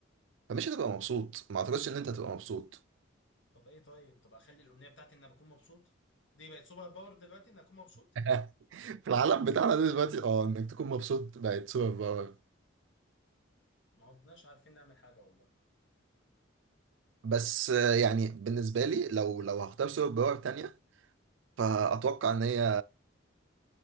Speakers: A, on the right (about 70°); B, on the left (about 65°).
A: فمش هتبقى مبسوط ما اعتقدش ان انت هتبقى مبسوط
B: طب ايه طيب طب اخلي الامنيه بتاعتي ان انا بكون مبسوط دي بقت سوبر باور دلوقتي ان اكون مبسوط
A: <laughs> في العالم بتاعنا ده دلوقتي اه انك تكون مبسوط بقت سوبر باور
B: ما عدناش عارفين نعمل حاجه والله
A: بس آه، يعني بالنسبة لي لو لو هختار سوبر باور تانية فأتوقع إن هي